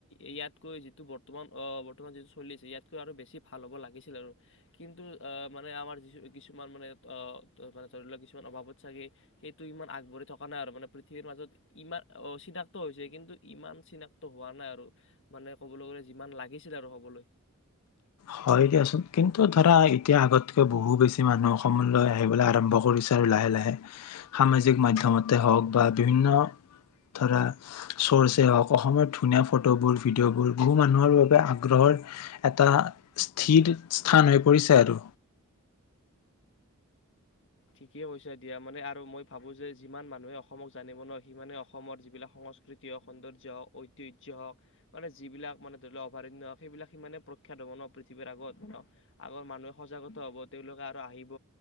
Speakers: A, on the left; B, on the left.
A: ইয়াতকৈ যিটো বৰ্তমান আহ বৰ্তমান যিটো চলি আছে ইয়াতকৈ আৰু বেছি ভাল হ'ব লাগিছিল আৰু কিন্তু আহ মানে আমাৰ যি কিছুমান মানে আহ মানে ধৰি লওক কিছুমান অভাৱত চাগে সেইটো ইমান আগবাঢ়ি থকা নাই আৰু মানে পৃথিৱীৰ মাজত ইমান অ চিনাক্ত হৈছে কিন্তু ইমান চিনাক্ত হোৱা নাই আৰু মানে কবলৈ গ'লে যিমান লাগিছিল আৰু হবলৈ
B: হয় দিয়াচোন কিন্তু ধৰা এতিয়া আগতকৈ বহু বেছি মানুহ অসমলৈ আহিবলৈ আৰম্ভ কৰিছে আৰু লাহে লাহে সামাজিক মাধ্য়মতে হওক বা বিভিন্ন ধৰা চৰ্ছে হওক অসমৰ ধুনীয়া ফটোবোৰ ভিডিঅ'বোৰ বহু মানুহৰ বাবে আগ্ৰহৰ এটা স্থিৰ স্থান হৈ পৰিছে আৰু
A: ঠিকেই কৈছে দিয়া মানে আৰু মই ভাবো যে যিমান মানুহে অসমক জানিব নোৱাৰ সিমানে অসম যিবিলাক সংস্কৃতি হওক সৌন্দৰ্য হওক ঐতিহ্য হওক মানে যিবিলাক মানে ধৰি লক অভয়াৰণয় হওক সেইবিলাক সিমানে প্ৰখ্যাতহ'ব ন পৃথিৱীৰ আগত আগৰ মানুহে সজাগত হ'ব তেওঁওলোকে আৰু আহিব